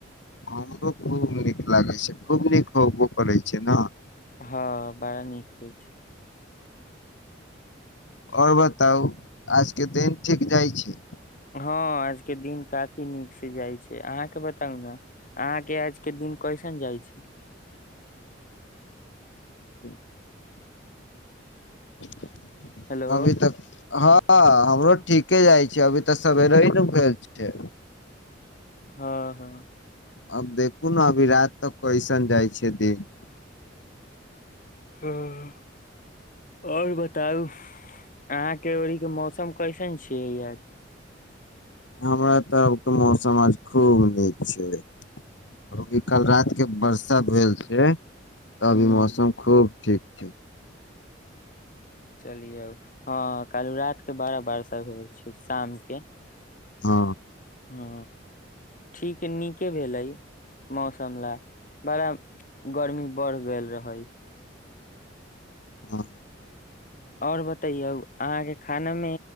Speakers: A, on the left (about 70°); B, on the left (about 45°).
A: हमरो खूब नीक लागै छै खूब नीक होबो करै छै न
B: हँ बड़ा नीक होइ छै
A: आओर बताउ आज के दिन ठीक जाइ छै
B: हँ आज के दिन काफी नीक से जाइ छै अहाँके बताउ ने अहाँ के आज के दिन कैसन जाइ छै
A: ह्म <inaudible> <inaudible>
B: हेलो
A: अभी तक हँ हमरो ठीके जाइ छै अभी तऽ सवेरे ही नु भेल छै
B: हँ हँ
A: अब देखू न अभी रात तक कैसन जाइ छै देिन
B: हँ आओर बताउ अहाँके ओरीके मौसम कैसन छियै आज
A: हमरा तरफके मौसम आज खूब नीक छै अभी कल रात के बर्षा भेल छै तभी
B: ह
A: मौसम खूब ठीक छै
B: चलियौ हँ कालु रात के बारा बर्षा होइ छै शामके
A: हँ
B: ह ठीक नीके भेलै मौसम ला बड़ा गर्मी बढ़ गेल रहै
A: हँ
B: आओर बतैयौ अहाँके खानामे